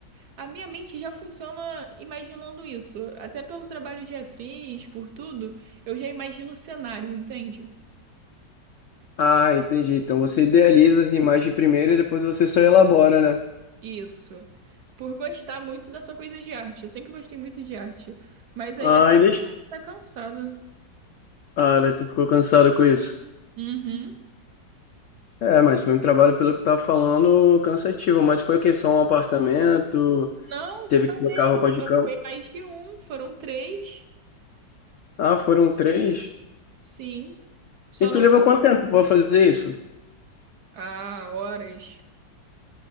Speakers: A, on the right (about 65°); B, on the left (about 80°).
A: a minha mente já funciona imaginando isso. Até pelo trabalho de atriz, por tudo, eu já imagino o cenário, entende?
B: Ah, entendi. Então você idealiza as imagens primeiro e depois você só elabora, né?
A: Isso. Por gostar muito dessa coisa de arte. Eu sempre gostei muito de arte. Mas aí
B: Ah,
A: a coisa
B: e deixa...
A: tá cansada.
B: Ah, daí tu ficou cansado com isso.
A: Uhum.
B: É, mas foi um trabalho, pelo que tava falando, cansativo. Mas foi que só um apartamento,
A: Não, de
B: teve
A: fato,
B: que trocar roupa de cama.
A: foi mais de um. Foram três.
B: Ah, foram três.
A: Sim. Só
B: E
A: não.
B: tu levou quanto tempo pra fazer isso?
A: Ah, horas.